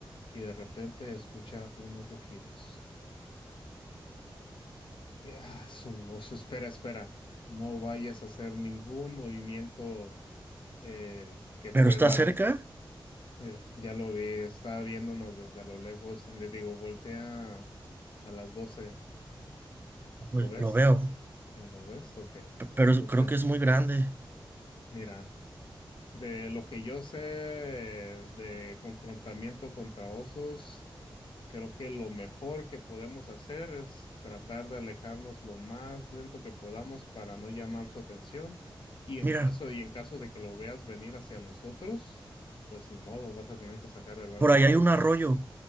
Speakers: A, on the left; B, on the right.
A: y de repente escucha unos rugidos. Y, ah, es un oso. Espera, espera. No vayas a hacer ningún movimiento eh, que pueda.
B: ¿Pero está cerca?
A: eh, ya lo vi, estaba viéndonos desde lo lejos y le digo, voltea a las 12.
B: Uy,
A: ¿Lo ves?
B: Lo veo,
A: Sí, ¿lo ves? Ok.
B: pe- pero es-
A: Entonces,
B: creo que es muy grande.
A: mira, de lo que yo sé eh, de confrontamiento contra osos. Creo que lo mejor que podemos hacer es tratar de alejarnos lo más lento que podamos para no llamar su atención. Y en
B: Mira,
A: caso, y en caso de que lo veas venir hacia nosotros, pues ni modo, vas a tener que sacar el arma.
B: por ahí hay un arroyo.